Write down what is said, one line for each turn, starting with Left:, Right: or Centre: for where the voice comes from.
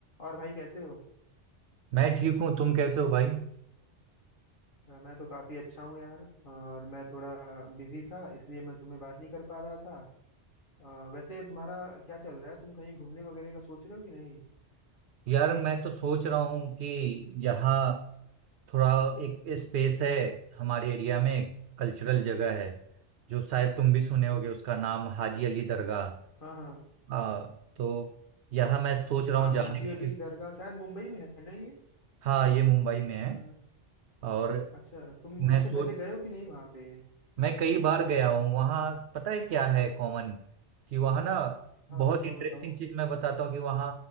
Left: और भाई कैसे हो
Right: मैं ठीक हूँ तुम कैसे हो भाई
Left: अ, मैं तो काफी अच्छा हूँ यार और मैं थोड़ा बिजी था इसलिए मैं तुम्हें बात नहीं कर पा रहा था अ, वैसे तुम्हारा क्या चल रहा है तुम कहीं घूमने वगैरह का सोच रहे हो कि नहीं
Right: यार मैं तो सोच रहा हूँ कि यहाँ थोड़ा एक स्पेस है हमारे एरिया में कल्चरल जगह है जो शायद तुम भी सुने होगे उसका नाम हाजी अली दरगाह
Left: हाँ हाँ
Right: आ, तो यहाँ मैं सोच रहा
Left: हाँ
Right: हूँ जाने
Left: हाजी
Right: का
Left: अली
Right: कि
Left: दरगाह शायद मुंबई में है ना ये
Right: हाँ ये मुंबई में है
Left: अ,
Right: और
Left: अच्छा तुम
Right: मैं
Left: उससे पहले
Right: सोच
Left: गए हो कि नहीं वहाँ पे
Right: मैं कई बार गया हूँ वहाँ पता है क्या है कॉमन कि वहाँ ना
Left: हाँ
Right: बहुत
Left: बताओ
Right: इंटरेस्टिंग
Left: बताओ
Right: चीज मैं बताता हूँ कि वहाँ